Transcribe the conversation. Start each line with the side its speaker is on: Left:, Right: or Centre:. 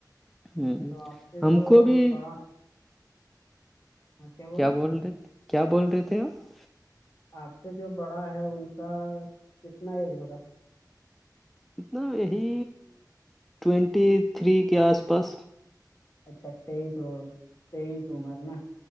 Centre: ہ
Left: تو آپ سے
Centre: ہم
Left: جو
Centre: کو بھی
Left: بڑا ہاں بولے
Centre: کیا بول رہے تھ کیا بول رہے تھے آپ
Left: آپ سے جو بڑا ہے ان کا کتنا ایج ہوگا
Centre: اتنا یہی ٹوینٹی تھری کے آس پاس
Left: اچھا تیئیس تیئیس عمر نا